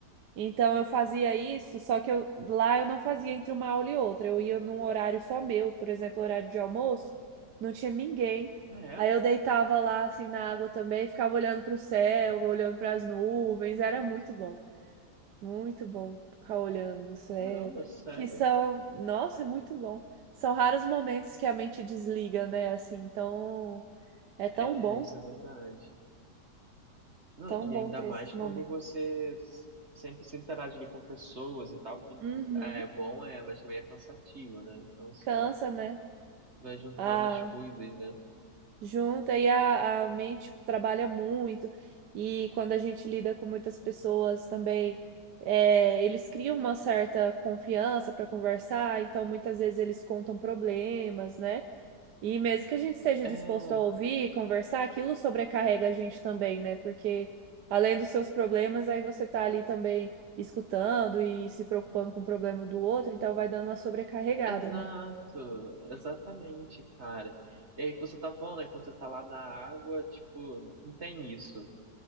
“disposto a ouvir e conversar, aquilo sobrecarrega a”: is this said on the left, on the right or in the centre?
Right